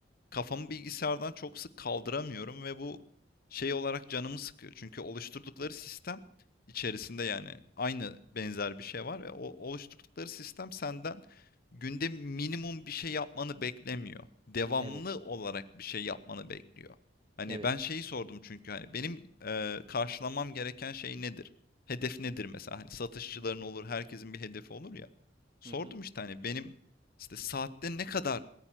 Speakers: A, on the left; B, on the right.
A: Kafamı bilgisayardan çok sık kaldıramıyorum ve bu şey olarak canımı sıkıyor. Çünkü oluşturdukları sistem içerisinde yani aynı benzer bir şey var ve o oluşturdukları sistem senden günde minimum bir şey yapmanı beklemiyor. Devamlı
B: Evet,
A: olarak bir şey yapmanı bekliyor. Hani
B: evet.
A: ben şeyi sordum çünkü hani benim eee, karşılamam gereken şey nedir? Hedef nedir mesela? Hani satışçıların
B: Hı hı
A: olur, herkesin bir hedefi olur ya. Sordum
B: hı hı.
A: işte hani benim işte saatte ne kadar